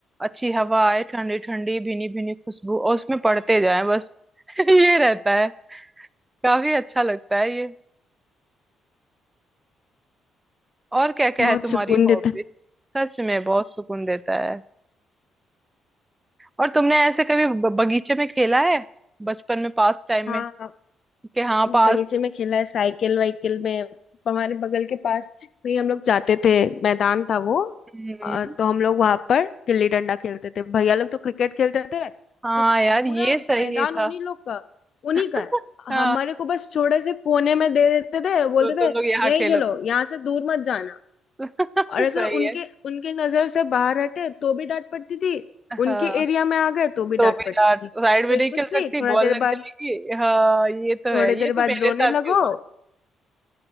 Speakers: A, on the right; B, on the left.
A: अच्छी हवा आए ठंडी ठंडी भीनी भीनी खुशबू और उसमें पढ़ते जाए बस <laughs> ये रहता काफी अच्छा लगता है ये और क्या क्या
B: बहुत
A: है तुम्हारी
B: सुकून
A: हॉबी
B: देता है
A: सच में बहुत सुकून देता है और तुमने ऐसे कभी ब- बगीचे में खेला है बचपन में पास टाइम
B: हाँ
A: में कि हाँ पास
B: बगीचे में खेला है साइकिल वाइकिल में हमारे बगल के पास में ही हम लोग जाते थे मैदान था वो
A: हम्म,
B: अ, तो हम लोग वहां पर गिल्ली डंडा खेलते थे भैया लोग तो क्रिकेट खेलते थे
A: हाँ
B: तो पूरा
A: यार ये सही
B: मैदान
A: था
B: उन्हीं लोग का उन्हीं
A: <laughs>
B: का है
A: हाँ
B: हमारे को बस छोटे से कोने में दे देते थे बोलते
A: तो तुम
B: थे
A: लोग यहाँ
B: यही
A: खेलो
B: खेलो यहाँ से दूर मत जाना
A: <laughs>
B: और अगर
A: सही
B: उनके
A: है
B: उनके नजर से बाहर हटे तो भी डांट पड़ती थी उनके
A: हाँ
B: एरिया में आ गए तो भी
A: तो
B: डांट
A: भी
B: पड़ती
A: यार
B: थी
A: साइड में
B: फिर
A: नहीं
B: कुछ
A: खेल
B: नहीं
A: सकती
B: थोड़ा
A: बॉल
B: देर
A: लग
B: बाद
A: जाएगी हाँ ये तो
B: थोड़ी
A: है
B: देर
A: ये तो
B: बाद
A: मेरे
B: रोने
A: साथ
B: लगो
A: भी हुआ